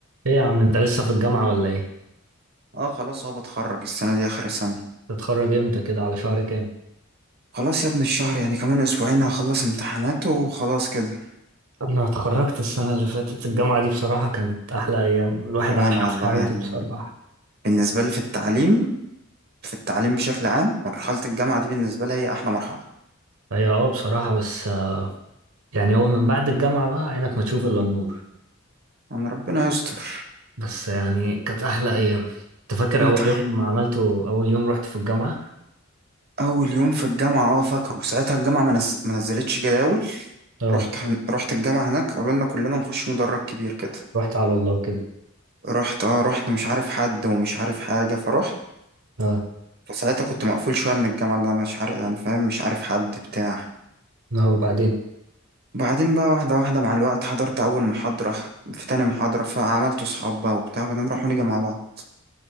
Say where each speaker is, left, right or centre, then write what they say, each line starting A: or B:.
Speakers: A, on the right; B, on the right.
A: ايه يا عم انت لسه في الجامعة ولا ايه؟
B: اه خلاص هو بتخرج السنة دي آخر السنة
A: تتخرج امتى كده على شهر كام؟
B: خلاص يا ابن الشهر يعني كمان أسبوعين هخلص امتحانات وخلاص كده
A: انا اتخرجت السنة اللي فاتت الجامعة دي بصراحة كانت احلى ايام الواحد
B: هو
A: عاشها
B: أنا والله
A: في حياته
B: يعني
A: بصراحة
B: بالنسبة لي في التعليم في التعليم بشكل عام مرحلة الجامعة دي بالنسبة لي هي أحلى مرحلة
A: هي اه بصراحة بس آه، يعني هو من بعد الجامعة بقى عينك ما تشوف الا النور
B: أنا ربنا يستر
A: بس يعني كانت احلى ايام انت فاكر
B: أنت
A: اول يوم عملته اول يوم رحت في الجامعة؟
B: أول يوم في الجامعة اه فاكره ساعتها الجامعة ما نز- ما نزلتش جداول
A: اه
B: رحت هن... رحت الجامعة هناك قالوا لنا كلنا نخش مدرج كبير كده
A: رحت على الله كده
B: رحت اه رحت مش عارف حد ومش عارف حاجة فرحت
A: اه
B: فساعتها كنت مقفول شوية من الجامعة اللي أنا مش عارف يعني فاهم مش عارف حد بتاع
A: اه وبعدين
B: بعدين بقى واحدة واحدة مع الوقت حضرت أول محاضرة في تاني محاضرة فعملت صحاب بقى وبتاع بقينا نروح ونيجي مع بعض